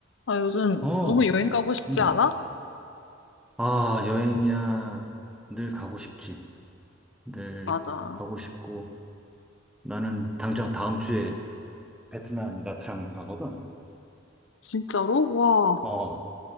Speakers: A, on the left (about 65°); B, in the centre.
A: 아, 요즘
B: 어,
A: 너무 여행 가고 싶지
B: 음.
A: 않아?
B: 아, 여행이야. 늘 가고 싶지. 늘
A: 맞아.
B: 가고 싶고. 나는 당장 다음 주에 베트남 나트랑 가거든.
A: 진짜로? 와,
B: 어,